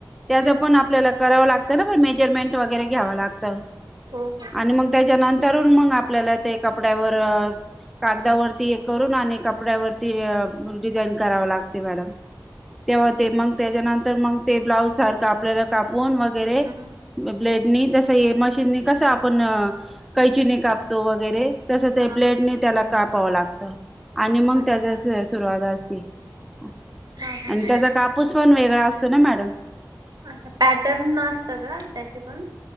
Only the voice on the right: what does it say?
हम्म
हो हो
हम्म
हा
अच्छा
हा हा हा.
अच्छा पॅटर्न असत का त्यांचे पण